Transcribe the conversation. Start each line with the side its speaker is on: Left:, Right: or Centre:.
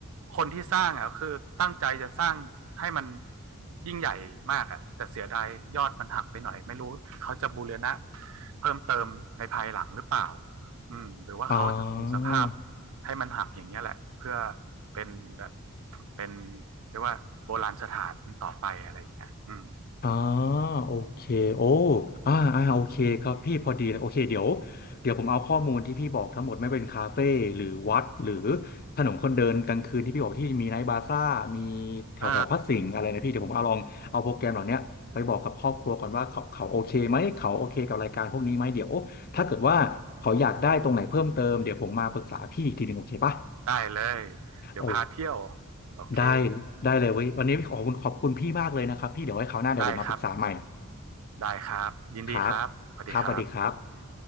Right: คนที่สร้างอ่ะคือตั้งใจจะสร้างให้มันยิ่งใหญ่มากอ่ะแต่เสียดายยอดมันหักไปหน่อยไม่รู้เขาจะบูรณะเพิ่มเติมในภายหลังหรือเปล่าอืมหรือว่าเขาจะคงสภาพ
Left: อ่า
Right: ให้มันหักอย่างเงี้ยแหละเพื่อเป็นแบบเป็นเรียกว่าโบราณสถานต่อไปอะไรอย่างเงี้ยอืม
Left: อ่าโอเคโอ้อ่าอ่าโอเคครับพี่พอดีเลยโอเคเดี๋ยวเดี๋ยวผมเอาข้อมูลที่พี่บอกทั้งหมดไม่เป็นคาเฟ่หรือวัดหรือถนนคนเดินกลางคืนที่พี่บอกที่มีไนท์บาซ่ามีแถวแถวพระสิงห์อะไรนะพี่เดี๋ยวผมเอาลองเอาโปรแกรมเหล่าเนี้ยไปบอกกับครอบครัวก่อนว่าเขาเขาโอเคไหมเขาโอเคกับรายการพวกนี้ไหมเดี๋ยวถ้าเกิดว่าเขาอยากได้ตรงไหนเพิ่มเติมเดี๋ยวผมมาปรึกษาพี่อีกทีหนึ่งโอเคปะ
Right: เออได้เลยเดี๋ยวพาเที่ยว
Left: โอ
Right: โอเค
Left: ได้ได้เลยเว้ยวันนี้ขอบคุณขอบคุณพี่มากเลยนะครับพี่เดี๋ยวไว้คราวหน้าเดี๋ยวผมมาปรึกษาใหม่
Right: ได้ครับได้ครับยินดีครับสวัสดีครับ
Left: ครับครับสวัสดีครับ